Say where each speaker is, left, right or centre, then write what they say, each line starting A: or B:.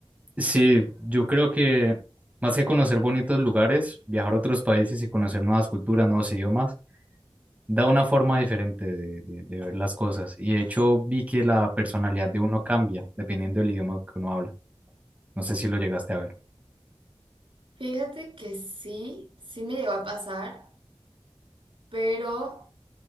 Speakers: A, on the right; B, on the right.
A: sí, yo creo que más que conocer bonitos lugares, viajar a otros países y conocer nuevas culturas, nuevos idiomas, da una forma diferente de, de- de ver las cosas. Y de hecho vi que la personalidad de uno cambia dependiendo del idioma que uno habla. No sé si lo llegaste a ver.
B: fíjate que sí, sí me llegó a pasar, pero...